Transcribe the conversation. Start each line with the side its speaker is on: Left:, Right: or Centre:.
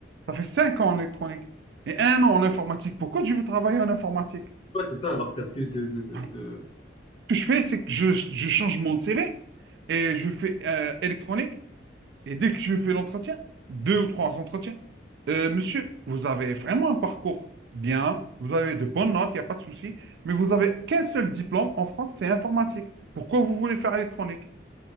Right: Ça fait cinq ans en électronique et un an en informatique, pourquoi tu veux travailler en informatique?
Left: ouais c'est ça, alors que tu as plus de de de
Right: Voilà.
Left: de
Right: Ce que je fais, c'est que je, je change mon CV et je fais euh, électronique Et dès que je fais l'entretien, deux ou trois entretiens, euh, monsieur, vous avez vraiment un parcours bien, vous avez de bonnes notes, il n'y a pas de souci, mais vous avez qu'un seul diplôme en France, c'est informatique. Pourquoi vous voulez faire électronique?